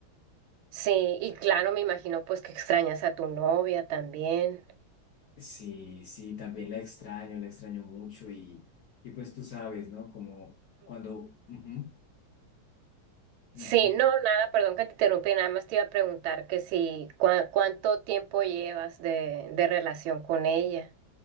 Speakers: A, on the right; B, on the left.
A: Sí, y claro, me imagino pues que extrañas a tu novia también.
B: Sí, sí, también la extraño, la extraño mucho y, y pues tú sabes, ¿no? Como cuando... ujú,
A: Sí,
B: ujú.
A: no, nada, perdón que te interrumpí, nada más te iba a preguntar que si cua- cuánto tiempo llevas de, de relación con ella.